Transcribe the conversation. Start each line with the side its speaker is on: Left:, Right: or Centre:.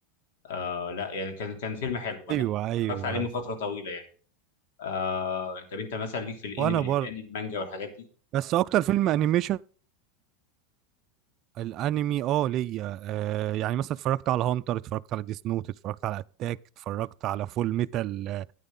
Left: آه لا يعني كان كان فيلم حلو انا
Right: ايوه ايوه
Left: اتفرجت عليه من فتره طويله يعني آه طب انت مثلا ليك في الانمي
Right: وانا
Left: الياباني
Right: برضه
Left: المانجا والحاجات دي
Right: بس اكتر فيلم انيميشن الانمي اه ليا آه يعني مثلا اتفرجت على هانتر اتفرجت على ديس نوت اتفرجت على اتاك اتفرجت على فول ميتال آه